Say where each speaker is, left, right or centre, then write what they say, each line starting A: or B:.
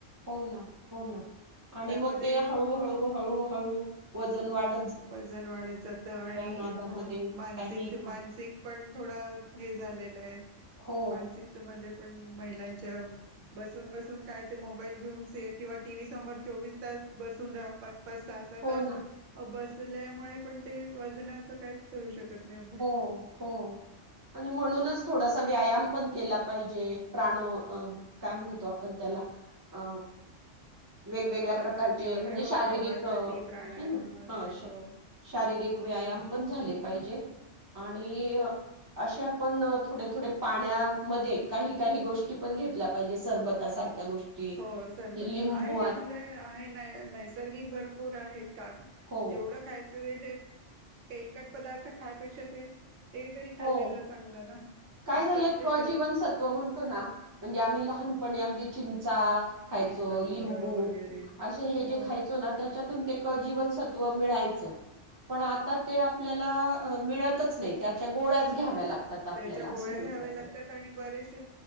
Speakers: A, on the right; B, on the right.
A: हो ना, हो ना आणि
B: त्यामध्ये
A: मग ते
B: ह
A: हळू, हळू, हळू, हळू वजन वाढ
B: वजन वाढ जात आणि
A: नादामध्ये
B: ह मानसिक,
A: काही
B: मानसिक
A: काही.
B: पण थोडं हे झालेलं आहे
A: हो
B: मानसिकतेमध्ये पण महिलांच्या बसून, बसून काय ते मोबाईल घेऊन किंवा टीव्ही समोर चोवीस तास बसून राहा सहा, सहा
A: हो
B: तास
A: ना
B: बसल्यामुळे पण ते वजनाचं काहीच करू शकत नाही आपण.
A: हो हो. आणि म्हणूनच थोडासा व्यायाम पण केला पाहिजे प्राण काय म्हणतो आपण त्याला अ वेगवेगळ्या
B: कपालभाती
A: प्रकारचे
B: वगैरे
A: म्हणजे
B: हो
A: शारीरिक
B: कपालभाती
A: आहे
B: प्राणायाम
A: ना
B: वगैरे
A: ह
B: हो
A: शारीरिक व्यायाम पण झाले पाहिजे आणि असे आपण थोडे, थोडे पाण्यामध्ये काही, काही गोष्टी पण घेतल्या पाहिजे सरबत सारख्या गोष्टी
B: हो सरब
A: कि लिंबू
B: आहे आपल्या आहे न नैसर्गिक भरपूर आहेत काग
A: हो
B: जेवढं खायचं जे तेलकट पदार्थ खायपेक्षा ते ते तरी
A: हो
B: खाल्लेलं चांगलं ना.
A: काय
B: आपल्या
A: झालंय क
B: शरीर
A: जीवनसत्व म्हणतो ना म्हणजे आम्ही
B: हम्म
A: लहानपणी अगदी चिंचा खायचो
B: चिंचा
A: लिंबू
B: बोर वगैरे
A: असे हे
B: हो
A: जे खायचो ना त्याच्यातून ते क जीवनसत्व मिळायचं पण आता ते आपल्याला मिळतच नाही त्याच्या गोळ्याच घ्याव्या लागतात. आपल्याला
B: त्याच्या गोळ्या
A: असं होऊन
B: घ्याव्या
A: जातं
B: लागतात आणि बरेचसे